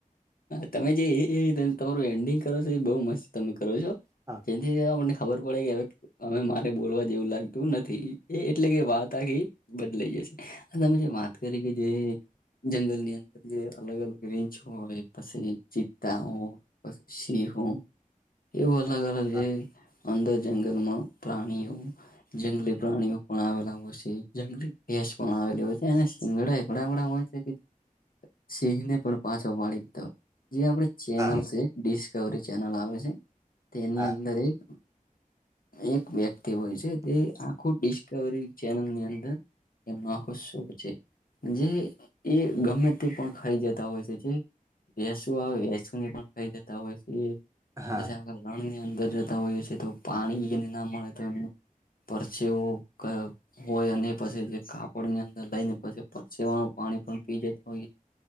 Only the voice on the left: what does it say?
તમે જે એ-એ તમારું એન્ડિંગ કરો છો એ બહુ મસ્ત તમે કરો છો.
<unintelligible> આપણને ખબર પડે કે હવે હવે મારે બોલવા જેવું લાગતું નથી. એ એટલે કે વાત આખી બદલાઈ જશે. અને તમે જે વાત કરી કે જે જંગલની અંદર જે અલગ અલગ રેન્જ હોય, પછી ચિત્તા હો પછી હો, એવું અલગ અલગ
જે અંદર જંગલમાં પ્રાણીઓ જંગલી પ્રાણીઓ પણ આવેલા હોય છે, જંગલી ભેંસ પણ આવેલી હોય છે અને સિંગડા એવાં એવાં હોય છે કે સિંહને પણ પાછો પાડી દેતા હોય. જે આપણી ચેનલ,
ડિસ્કવરી ચેનલ આવે છે, તેની
અંદર એક એક વ્યક્તિ હોય છે, એ આખું ડિસ્કવરી ચેનલની અંદર એમાં આખો શો છે, જે એ ગમે તે પણ ખાઈ જતા હોય છે. જે વિષ આવે, વિષુની પણ ખાઈ જતા હોય છે. પછી
આ જંગલની અંદર જતા હોઈએ છીએ તો પાણી ન મળે તો એમને પરચિઓ હોય અને પછી જે કાપડની અં લઈને પછી પટસેવાનું પાણી પણ પી જતા હોય.